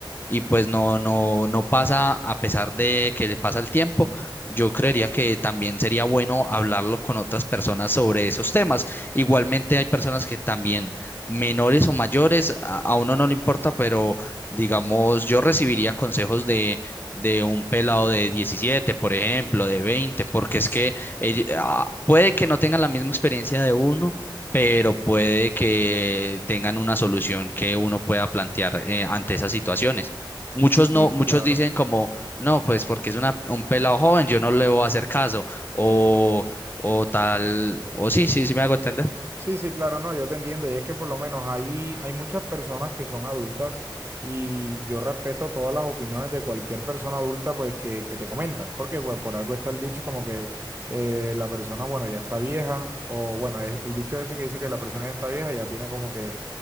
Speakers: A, on the left; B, on the right.
A: y pues no, no, no pasa a pesar de que le pasa el tiempo. Yo creería que también sería bueno hablarlo con otras personas sobre esos temas. Igualmente hay personas que también, menores o mayores, a, a uno no le importa, pero digamos, yo recibiría consejos de, de un pelado de diecisiete por ejemplo, de veinte
B: Sí,
A: porque es que ell- ah, puede que no tengan la misma experiencia de uno. pero puede que tengan una solución que uno pueda plantear eh, ante esas situaciones. Muchos
B: Sí,
A: no, muchos
B: claro.
A: dicen como, no, pues porque es una, un pelado joven, yo no le voy a hacer caso, o, o tal, o sí, sí, sí me hago entender.
B: Sí, sí, claro, no, yo te entiendo. Y es que por lo menos ahí hay muchas personas que son adultas y yo respeto todas las opiniones de cualquier persona adulta pues que, que te comentan. Porque pues por algo está el dicho como que eh, la persona, bueno, ya está vieja o bueno, es el dicho ese que dice que la persona ya está vieja ya tiene como que